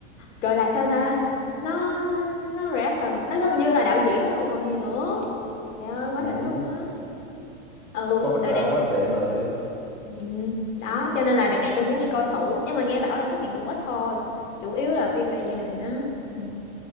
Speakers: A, on the left; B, in the centre.
A: gọi là sao ta nó nó reaction nó gần như là đạo diễn luôn rồi còn gì nữa trời ơi quá
B: Ừ.
A: đỉnh luôn á ừ
B: có bách
A: đợt
B: ra
A: này
B: quá xịn rồi
A: ừ, đó cho nên là đợt này tôi muốn đi coi thử nhưng mà nghe bảo là xuất hiện cũng ít thôi chủ yếu là phim về gia đình á ừ.